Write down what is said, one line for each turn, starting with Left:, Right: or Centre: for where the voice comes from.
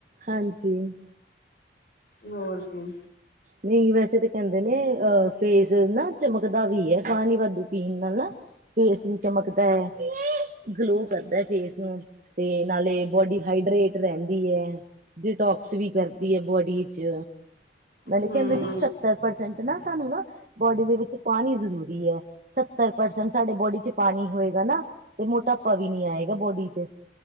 Right: ਹਾਂਜੀ।
Left: ਹੋਰ ਕੀ।
Right: ਨਹੀਂ ਵੈਸੇ ਤਾਂ ਕਹਿੰਦੇ ਨੇ ਅਹ ਫੇਸ ਨਾ ਚਮਕਦਾ ਵੀ ਹੈ ਪਾਣੀ ਵਾਧੂ ਪੀਣ ਨਾਲ ਨਾ ਫੇਸ ਵੀ ਚਮਕਦਾ ਹੈ ਗਲੋ ਕਰਦਾ ਫੇਸ ਨੂੰ। ਤੇ ਨਾਲੇ ਬੋਡੀ ਹਾਈਡਰੇਟ ਰਹਿੰਦੀ ਹੈ। ਜਟੋਕਸ ਵੀ ਕਰਦੀ ਹੈ ਬੋਡੀ ਚ ਨਾਲੇ
Left: ਹਮ
Right: ਕਹਿੰਦੇ ਸੱਤਰ ਪਰਸੈਂਟ ਨਾ ਸਾਨੂੰ ਨਾ ਬੋਡੀ ਦੇ ਵਿੱਚ ਪਾਣੀ ਜ਼ਰੂਰੀ ਹੈ। ਸੱਤਰ ਪਰਸੈਂਟ ਸਾਡੇ ਬੋਡੀ ਚ ਪਾਣੀ ਹੋਏਗਾ ਨਾ ਤੇ ਮੋਟਾ ਟਾਪਾ ਵੀ ਨਹੀਂ ਆਏਗਾ ਬੋਡੀ ਤੇ